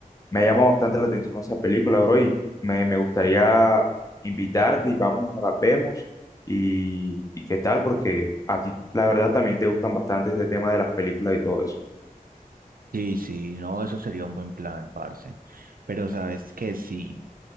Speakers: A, on the left; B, on the right.
A: me ha llamado bastante la atención esa película, bro, y me, me gustaría invitarte y vamos y nos las vemos. Y, y qué tal, porque a ti, la verdad, también te gustan bastante este tema de las películas y todo eso.
B: Sí, sí, no, eso sería un buen plan, parce. Pero sabes que sí,